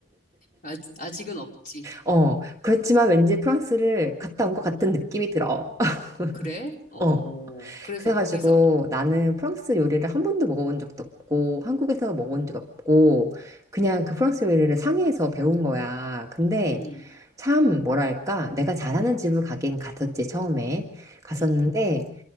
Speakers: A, on the left; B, on the right.
A: 아직, 아직은 없지.
B: 어, 그렇지만 왠지 프랑스를 갔다 온 것 같은
A: 음.
B: 느낌이 들어. <laughs>
A: 어, 그래? 어,
B: 어.
A: 그래서
B: 그래가지고
A: 거기서,
B: 나는 프랑스 요리를 한 번도 먹어본 적도 없고, 한국에서 먹어본 적 없고, 그냥 그 프랑스 요리를 상해에서 배운 거야. 근데
A: 음,
B: 참, 뭐랄까, 내가 잘하는 집을 가긴 갔었지, 처음에. 갔었는데,
A: 음,